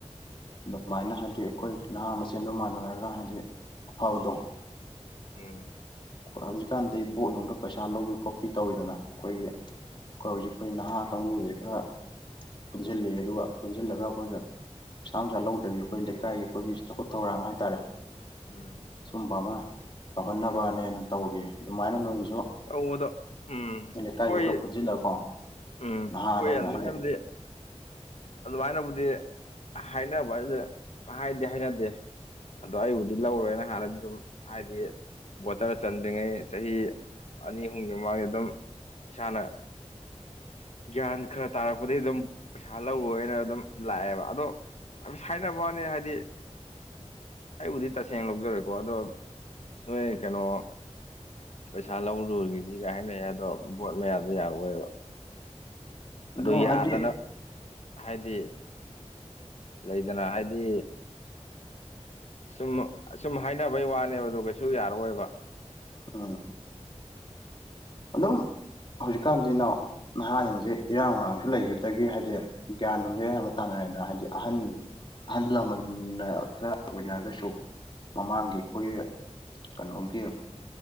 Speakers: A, on the left (about 45°); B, on the left (about 65°).
A: ꯑꯗꯨꯃꯥꯏꯅ ꯍꯥꯏꯗꯤ ꯑꯩꯈꯣꯏ ꯅꯍꯥ ꯃꯁꯦꯟꯒ ꯃꯥꯟꯅꯔꯒ ꯍꯥꯏꯗꯤ ꯑꯐꯕꯗꯣ
B: ꯎꯝ
A: ꯍꯧꯖꯤꯛꯀꯥꯟꯗꯤ ꯕꯣꯠꯅꯨꯡꯗ ꯄꯩꯁꯥ ꯂꯧꯕꯤ ꯈꯣꯠꯄꯤ ꯇꯧꯋꯤꯗꯅ ꯑꯩꯈꯣꯏꯒꯤ ꯑꯩꯈꯣꯢ ꯍꯧꯖꯤꯛ ꯑꯩꯈꯣꯏ ꯅꯍꯥ ꯀꯥꯡꯕꯨꯁꯦ ꯈꯔ ꯄꯨꯟꯖꯜꯂꯦꯌꯦ ꯑꯗꯨꯒ ꯄꯨꯟꯖꯜꯂꯒ ꯑꯩꯈꯣꯏꯒ ꯄꯩꯁꯥ ꯅꯨꯡꯁꯥ ꯂꯧꯗꯕꯤ ꯑꯩꯈꯣꯏ ꯂꯩꯀꯥꯏꯒꯤ ꯑꯩꯈꯣꯏꯒꯤ ꯆꯥꯎꯈꯠ ꯊꯧꯔꯥꯡ ꯍꯥꯏꯇꯥꯔꯦ
B: ꯎꯝ
A: ꯁꯨꯝꯕ ꯑꯃ ꯇꯧꯍꯟꯅꯕꯅꯦꯅ ꯇꯧꯒꯦ ꯑꯗꯨꯃꯥꯏꯅ ꯅꯣꯏꯒꯤꯁꯨ
B: ꯇꯧꯕꯗꯣ ꯎꯝ
A: ꯂꯩꯀꯥꯏꯁꯨ
B: ꯑꯩꯈꯣꯏ
A: ꯈꯔ ꯄꯨꯟꯁꯤꯜꯂꯒꯀꯣ
B: ꯎꯝ
A: ꯅꯍꯥꯟ
B: ꯑꯩꯈꯣꯢ
A: ꯑꯣꯏꯅ
B: ꯑꯗꯨꯃꯥꯏ
A: ꯍꯥꯏꯗꯤ
B: ꯍꯥꯏꯕꯗꯤ ꯑꯗꯨꯃꯥꯏꯅꯕꯨꯗꯤ ꯍꯥꯏꯅꯕ ꯍꯥꯏꯁꯦ ꯍꯥꯏꯗꯤ ꯍꯥꯢꯅꯗꯦ ꯑꯗꯣ ꯑꯩꯕꯨꯗꯤ ꯂꯧꯔꯣꯏꯅ ꯍꯥꯟꯅꯗꯤ ꯑꯗꯨꯝ ꯍꯥꯏꯗꯤ ꯕꯣꯇꯔ ꯆꯟꯗ꯭ꯔꯤꯉꯩ ꯆꯍꯤ ꯑꯅꯤ ꯑꯍꯨꯝꯒꯤ ꯃꯃꯥꯡꯗ ꯑꯗꯨꯝ ꯏꯁꯥꯅ ꯒ꯭ꯌꯥꯟ ꯈꯔ ꯇꯥꯔꯛꯄꯗꯒꯤ ꯑꯗꯨꯝ ꯄꯩꯁꯥ ꯂꯧꯔꯣꯏꯅ ꯑꯗꯨꯝ ꯂꯥꯛꯑꯦꯕ ꯑꯗꯣ ꯍꯥꯏꯅꯕ ꯋꯥꯅꯦ ꯍꯥꯏꯗꯤ ꯑꯩꯕꯨꯗꯤ ꯇꯁꯦꯡꯅ ꯂꯧꯖꯔꯣꯢꯀꯣ ꯑꯗꯣ ꯅꯣꯏ ꯀꯩꯅꯣ ꯄꯩꯁꯥ ꯂꯧꯔꯨꯔꯣꯢꯒꯦꯁꯤꯒ ꯍꯥꯏꯅꯩꯌꯦ ꯑꯗꯣ ꯕꯣꯠ ꯃꯌꯥꯗ ꯌꯥꯔꯛꯑꯣꯏꯕ
A: ꯑꯗꯣ
B: ꯑꯗꯨ ꯌꯥꯗꯅ
A: ꯍꯥꯏꯗꯤ
B: ꯍꯥꯏꯗꯤ ꯂꯩꯗꯅ ꯍꯥꯏꯗꯤ ꯁꯨꯝ ꯁꯨꯝ ꯍꯥꯏꯅꯕꯩ ꯋꯥꯅꯦꯕꯗꯨ ꯀꯩꯁꯨ ꯌꯥꯔꯛꯑꯣꯏꯕ
A: ꯑꯥ ꯑꯗꯨꯝ ꯍꯧꯖꯤꯛꯀꯥꯟꯁꯤꯅ ꯅꯍꯥꯁꯤꯡꯁꯦ ꯏꯔꯥꯡ ꯋꯥꯔꯥꯡꯁꯨ ꯂꯩꯈꯤꯕꯗꯒꯤ ꯍꯥꯏꯗꯤ ꯒ꯭ꯌꯥꯟ ꯅꯨꯡꯁꯦ ꯑꯌꯥꯝꯕ ꯇꯥꯅꯔꯦꯗ ꯍꯥꯏꯗꯤ ꯑꯍꯟ ꯑꯍꯜ ꯂꯃꯟꯅ ꯈꯔ ꯑꯣꯏꯅꯔꯒꯁꯨ ꯃꯃꯥꯡꯒꯤ
B: ꯎꯝ
A: ꯑꯩꯈꯣꯏꯒꯤ ꯀꯩꯅꯣꯝꯒꯤ